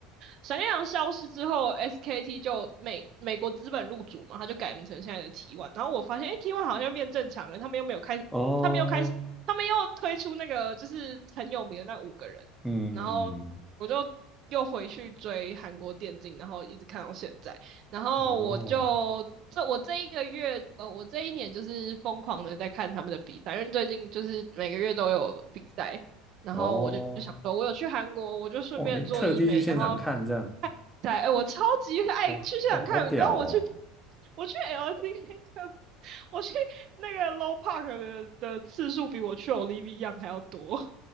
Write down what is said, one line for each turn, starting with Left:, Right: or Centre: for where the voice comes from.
Right: 闪电狼消失之后，SKT 就美美国资本入主嘛，他就改名成现在的 T1。然后我发现，哎，T1 好像变正常了，他们又没有开他们又开始，
Centre: 哦，
Right: 他们又推出那个就是很有名的那五个人，
Centre: 嗯，
Right: 然后我就又回去追韩国电竞，然后一直看到现在，然后我就。
Centre: 哦，
Right: 这我这一个月，呃，我这一年就是疯狂的在看他们的比赛，因为最近就是每个月都有比赛，然后我就就想说，
Centre: 哦，
Right: 我有去韩国，我就顺便做医美，
Centre: 哦，你特地去现场看这样，
Right: 然后在，哎、我超级爱去现场看，
Centre: 哦，哦，好屌哦，
Right: 你知道我去我去 LCK 的，我去那个 Low Park 的的次数比我去 Olivia y n g 还要多，